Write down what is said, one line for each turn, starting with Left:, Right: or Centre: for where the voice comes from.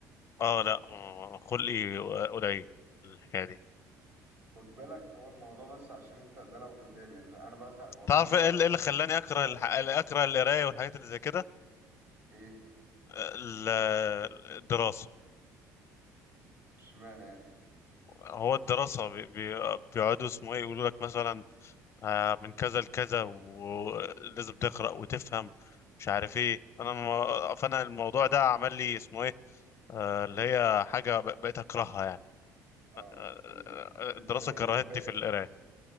Left: اه لا آه، خلقي قليل الحكايه دي
Right: خد بالك هو الموضوع بس عشان انت ده لو كتاب يعني فانا بزهق والله
Left: تعرف
Right: ما بقرا
Left: ايه اللي إيه اللي خلاني اكره
Right: ثلاث
Left: الح...
Right: صفحات
Left: اكره القرايه والحاجات اللي زي كده
Right: ايه
Left: آه، ال- الدراسه
Right: اشمعنى يعني
Left: هو الدراسة بي- بي- بيقعدوا اسمه ايه يقولوا لك مثلا آه، من كذا لكذا ولازم تقرأ وتفهم مش عارف ايه انا ما- فانا الموضوع ده عمل لي اسمه ايه آه، اللي هي حاجة ب- بقيت اكرهها يعني
Right: اه
Left: آه،
Right: بد- بد-
Left: الدراسة كرهتني
Right: ما بتحبهاش
Left: في القراية